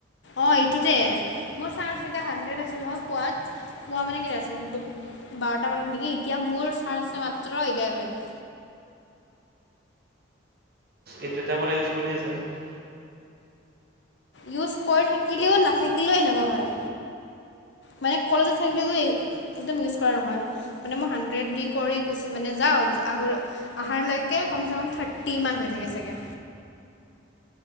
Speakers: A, on the left (about 65°); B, on the right (about 50°).
A: অঁ এইটোতে মোৰ চাৰ্জ এটা হাণ্ডেৰ্ড আছিল ন পোৱাত। পোৱা মানে কেতিয়া আছিল বাৰট মানত নেকি এতিয়া মোৰ চাৰ্জ আছে মাত্ৰ ইলেভেন।
B: এইদাতা পৰা ইউজ কৰি আছা নেকি?
A: ইউজ কৰি থাকিলেও নাথাকিলেও এনেকুৱা হয়। মানে কলেজে থাকিলেতো একদম ইউজ কৰা নহয়। মানে মই হাণ্ড্ৰেড দি কৰি গো মানে যাওঁ আহ আহাৰ লৈকে কমচে কম থাৰ্টি মান হৈ থাকে চাগে।